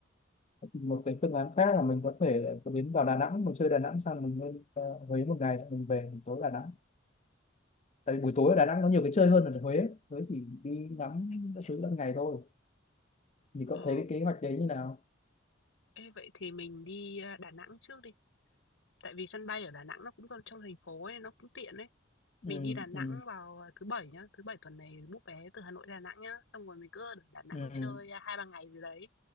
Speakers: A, on the left; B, on the left.
A: một cái phương án khác là mình có thể có đến vào Đà Nẵng mình chơi Đà Nẵng xong mình lên ờ, Huế một ngày xong mình về buổi tối Đà Nẵng tại vì buổi tối ở Đà Nẵng nó nhiều cái chơi hơn là ở Huế Huế thì đi ngắm các thứ ban ngày thôi thì cậu
B: Ờ,
A: thấy cái kế hoạch đấy như nào
B: ê vậy thì mình đi ờ, Đà Nẵng trước đi, tại vì sân bay ở Đà Nẵng nó cũng còn trong thành phố ấy, nó cũng tiện ấy. Mình
A: ừ
B: đi Đà Nẵng
A: ừ
B: vào ờ, thứ bảy nhá, thứ bảy tuần này book vé từ Hà Nội Đà Nẵng nhá, xong rồi mình cứ ở Đà Nẵng
A: ừ
B: chơi ờ, hai ba ngày gì đấy,